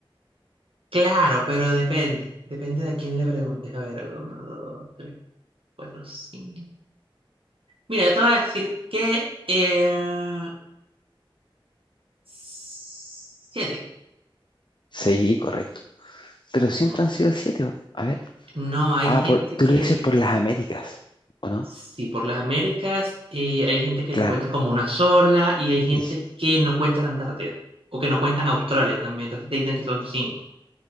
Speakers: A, on the right; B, on the left.
A: claro, pero depende. Depende de a quién le preguntes. A ver, uno, dos, tres, cuatro, cinco. Mira, yo te voy a decir que eh, siete.
B: Sí, correcto. Pero siempre
A: Mm,
B: han sido siete. bo. A ver.
A: No, hay
B: Ah,
A: gente
B: por, tú
A: que
B: lo dices por las Américas, ¿o no?
A: Sí, por las Américas eh, hay gente que
B: Claro.
A: la cuenta como una sola y hay gente
B: Y, sí,
A: que no cuenta la Antártida o que no cuentan Australia también, entonces te dicen que son cinco.